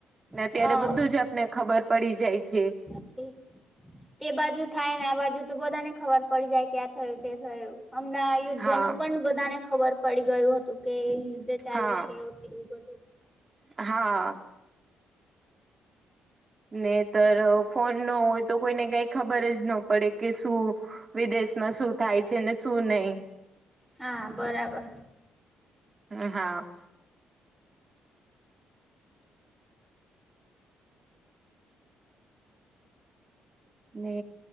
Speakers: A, on the right (about 30°); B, in the centre.
A: ને અત્યારે
B: હા
A: બધું જ આપને ખબર પડી જાય છે.
B: પછી તે બાજુ થાય, ને આ બાજુ તો બધા ને ખબર પડી જાય ક્યાં થયું તે થયું હમણાં. યુદ્ધનું
A: હા
B: પણ બધાને ખબર પડી ગયું હતું કે યુદ્ધ ચાલે
A: હા
B: છે, એવું. બધું
A: હા. ને ફોન ન હોય તો કોઈને કઈ ખબર જ ન પડે કે શું? વિદેશમાં શું થાય છે, ને શું નહી?
B: હા, બરાબર.
A: એ હા. ને